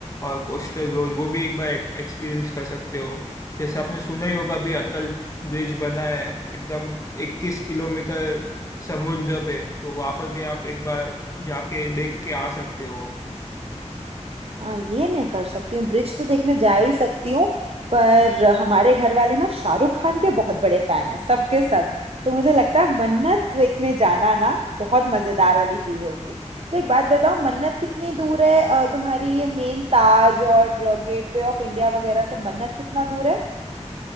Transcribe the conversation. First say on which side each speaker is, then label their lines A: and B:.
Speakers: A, on the left; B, on the right.
A: और कोस्टल रोड वो भी एक बार एक्सपीरियंस कर सकते हो जैसे आपने सुना ही होगा भी अटल ब्रिज बना है एकदम 21 किलोमीटर समुद्र पे तो वहां पर भी आप एक बार जाके देख के आ सकते हो
B: हाँ ये मैं कर सकती हूँ ब्रिज तो देखने जा ही सकती हूँ पर हमारे घर वाले ना शाहरुख खान के बहुत बड़े फैन हैं सबके सब के सब। तो मुझे लगता है मन्नत देखने जाना ना बहुत मजेदार वाली चीज होगी तो एक बात बताओ मन्नत कितनी दूर है अ, तुम्हारी ये मेन ताज और गेटवे ऑफ इंडिया वगैरह से मन्नत कितना दूर